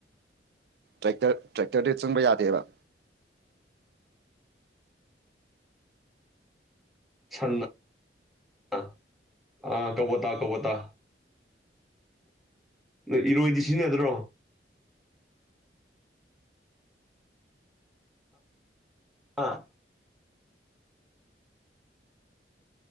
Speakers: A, on the right; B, in the centre.
A: ꯇ꯭ꯔꯦꯛꯇꯔ ꯇ꯭ꯔꯦꯛꯇꯔꯗꯤ ꯆꯪꯕ ꯌꯥꯗꯦꯕ꯫
B: ꯁ ꯑ ꯀꯇꯥ ꯀꯇꯥ꯫ ꯅ ꯏꯔꯣꯏꯗꯤ ꯁꯤꯖꯤꯟꯅꯗ꯭ꯔꯣ꯫ ꯑꯥ꯫